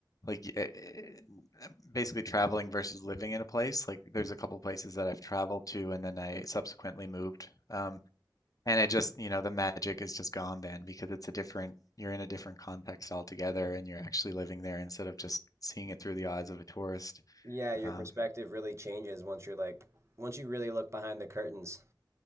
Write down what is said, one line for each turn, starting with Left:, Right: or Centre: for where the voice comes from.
Left: Like y- eh, eh, basically traveling versus living in a place. Like there's a couple places that I've traveled to and then I subsequently moved. Um and I just, you know, the magic is just gone then because it's a different you're in a different context altogether and you're actually living there instead of just seeing it through the eyes of a tourist.
Right: Yeah, your
Left: Um
Right: perspective really changes once you're like, once you really look behind the curtains.